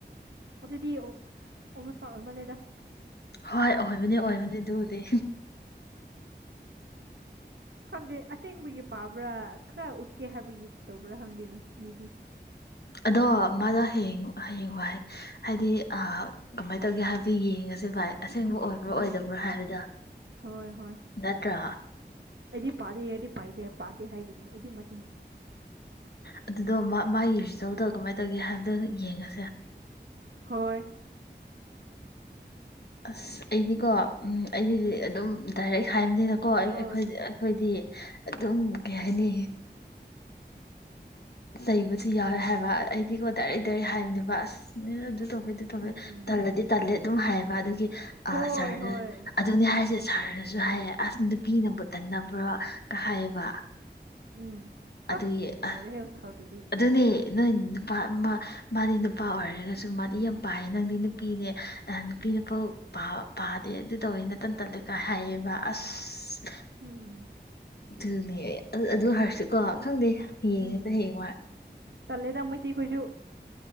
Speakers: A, on the right (about 85°); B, on the left (about 65°).
A: ꯑꯣꯗꯨꯗꯤ <unintelligible>
B: ꯍꯣꯏ ꯑꯣꯏꯕꯅꯤ ꯑꯣꯏꯕꯅꯤ ꯑꯗꯨꯕꯨꯗꯤ
A: ꯈꯪꯗꯦ ꯑꯁꯦꯡꯕꯒꯤ ꯄꯥꯕ꯭ꯔꯥ ꯈꯔ ꯎꯠꯀꯦ ꯍꯥꯏꯕꯒꯤ ꯇꯧꯕ꯭ꯔꯥ ꯈꯪꯗꯦꯅ ꯃꯤꯗꯤ
B: ꯑꯗꯣ ꯃꯥꯗꯣ ꯍꯌꯦꯡ ꯍꯌꯦꯡ ꯋꯥꯏ ꯍꯥꯏꯗꯤ ꯑ ꯀꯃꯥꯏ <unintelligible> ꯁꯦ ꯚꯥꯏ ꯑꯁꯦꯡꯕ ꯑꯣꯏꯕ꯭ꯔꯥ ꯑꯣꯏꯗꯕ꯭ꯔꯥ
A: ꯎꯝ
B: ꯍꯥꯏꯕꯗꯣ
A: ꯍꯣꯏ ꯍꯣꯏ
B: ꯅꯠꯇ꯭ꯔꯥ
A: ꯑꯩꯗꯤ ꯄꯥꯗꯦ ꯌꯗꯤ ꯄꯥꯏꯗꯦ ꯄꯥꯗꯦ ꯍꯥꯏꯒꯅꯤ ꯑꯩꯗꯤ ꯃꯠ
B: ꯑꯗꯨꯗꯣ ꯃꯥ ꯃꯥꯌꯤ ꯇꯧ ꯇꯧ ꯀꯃꯥꯏ ꯇꯧꯒꯦ ꯍꯥꯏꯕꯗꯣ ꯌꯦꯡꯉꯁꯦ
A: ꯍꯣꯏ
B: ꯑꯁ ꯑꯩꯗꯤꯀꯣ ꯎꯝ ꯑꯩꯗꯤꯗꯤ ꯑꯗꯨꯝ ꯗꯥꯏꯔꯦꯛ ꯍꯥꯏꯕꯅꯤꯅꯀꯣ ꯑꯩꯈꯣꯏꯗꯤ
A: ꯑꯥ
B: ꯑꯩꯈꯣꯏꯗꯤ ꯑꯗꯨꯝ ꯀꯩ ꯍꯥꯏꯅꯤ ꯂꯩꯕꯁꯤ ꯌꯥꯎꯋꯦ ꯍꯥꯏꯕ ꯑꯩꯗꯤꯀꯣ ꯗꯥꯏꯔꯦꯛ ꯗꯥꯢꯔꯦꯛ ꯍꯥꯏꯕꯅꯦꯕ ꯑꯁ ꯑꯗꯨ ꯇꯧꯕꯦ ꯑꯗꯨ ꯇꯧꯕꯦ
A: ꯎꯝ ꯎꯝ
B: ꯇꯜꯂꯗꯤ ꯇꯜꯂꯦ ꯑꯗꯨꯝ ꯍꯥꯏꯌꯦꯕ ꯑꯗꯨꯒꯤ ꯑꯥ
A: ꯍꯣꯏ
B: ꯁꯔꯅ
A: ꯍꯣꯏ
B: ꯑꯗꯨꯅꯤ ꯍꯥꯏꯁꯦ ꯁꯔꯅ ꯖꯨ ꯍꯥꯏꯌꯦ ꯑꯁ ꯅꯨꯄꯤꯅꯕꯨ ꯇꯟꯅꯕ꯭ꯔꯣ ꯀ ꯍꯥꯏꯌꯦꯕ
A: ꯎꯝ ꯇꯠ
B: ꯑꯗꯨꯌꯦ
A: ꯂꯣꯏꯔꯦꯍꯦ
B: ꯑ
A: ꯁꯥꯔꯗꯨꯗꯤ
B: ꯑꯗꯨꯅꯦ ꯅꯣꯏ ꯅꯨꯄꯥ ꯃꯥ ꯃꯥꯗꯤ ꯅꯨꯄꯥ ꯑꯣꯏꯔꯒꯁꯨ ꯃꯥꯗꯤ ꯌꯥꯝ ꯄꯥꯏ ꯅꯪꯗꯤ ꯅꯨꯄꯤꯅꯦ ꯑꯥ ꯅꯨꯄꯤ ꯅꯨꯐꯧ ꯄꯥꯗꯦ ꯑꯗꯨ ꯇꯧꯋꯦ ꯅꯇꯟ ꯇꯜꯂꯦꯀ ꯍꯥꯏꯌꯦꯕ ꯑꯁ
A: ꯎꯝ
B: ꯑꯗꯨꯅꯦ ꯑꯗꯨ ꯍꯥꯏꯔꯁꯨꯀꯣ ꯈꯪꯗꯦ <unintelligible>
A: ꯎꯝ ꯎꯝ
B: ꯍꯌꯦꯡꯋꯥꯏ
A: ꯇꯜꯂꯦꯗ ꯃꯩꯇꯩ ꯈꯣꯏꯁꯨ